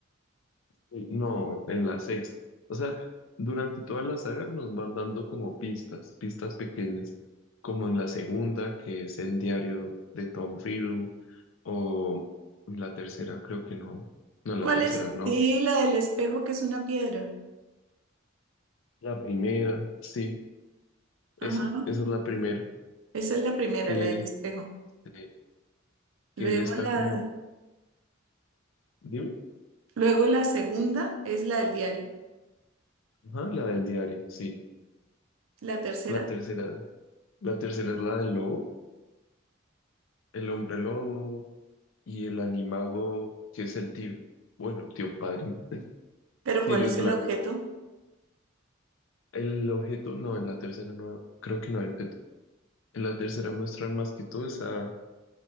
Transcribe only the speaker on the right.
¿Cuál
es?
Sí, la del espejo, que es una piedra.
Ajá.
Esa es la primera,
la del espejo.
Luego
la,
luego la segunda es la del diario.
La tercera.
Pero
¿cuál es
el objeto?